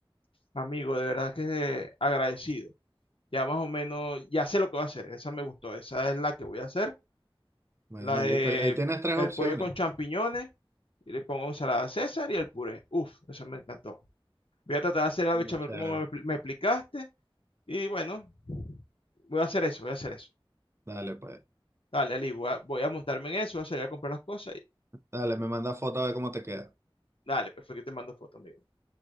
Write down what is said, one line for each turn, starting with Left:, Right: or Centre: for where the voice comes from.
Left: Amigo, de verdad que agradecido. Ya más o menos, ya sé lo que voy a hacer. Esa me gustó, esa es la que voy a hacer.
Right: Bueno,
Left: La de
Right: listo. Ahí tienes tres
Left: el
Right: opciones.
Left: pollo con champiñones. Y le pongo ensalada César y el puré. Uf, eso me encantó. Voy a tratar de hacer la
Right: Bueno,
Left: bechamel
Right: chévere.
Left: como me, me explicaste. Y bueno, voy a hacer eso, voy a hacer eso.
Right: Dale, pues.
Left: Dale, Ali, voy a, voy a montarme en eso, voy a salir a comprar las cosas y
Right: Dale, me manda foto a ver cómo te queda.
Left: dale, perfecto, te mando foto, amigo.